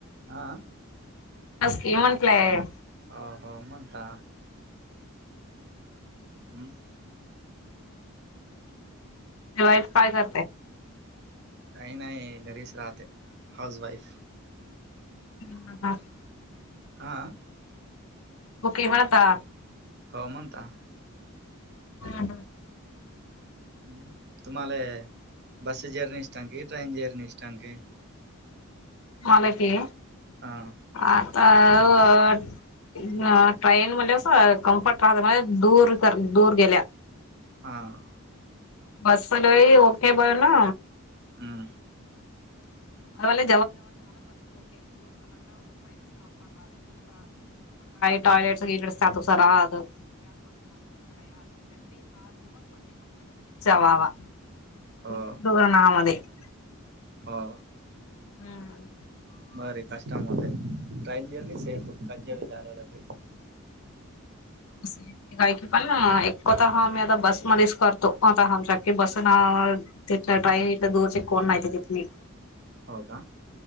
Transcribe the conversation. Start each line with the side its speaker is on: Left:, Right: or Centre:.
Right: हा.
Left: ह स्की म्हंटलंय.
Right: हो हो म्हणता, हम.
Left: जेव्हा एक पाय जा?
Right: काही नाही नरेश राहते, हाऊ ज वाईफ.
Left: हम् ह हं.
Right: हा.
Left: बके म्हणाता?
Right: हो म्हणता.
Left: हम ह.
Right: ह् तुम्हाला बस जर्नी की?
Left: मला क.
Right: हा.
Left: आता ट्रेन म अस कम्फर्ट राहत म्हज दूर तर दूर गेल्या.
Right: हां..
Left: बस पलरी ओके बोला.
Right: हम्म.
Left: <unintelligible> काही टॉयलेट्स <unintelligible> तसंच राहतं. <unintelligible>
Right: हो
Left: ् <unintelligible>
Right: हो
Left: हम्म.
Right: <unintelligible>
Left: <inaudible> काय की पण एकव तः आम्ही आता, बस मध्येच करतोत आमच्याखे बस ना. तिला ट्रेन इल्या, दूरचे कोण तिथली.
Right: हो का.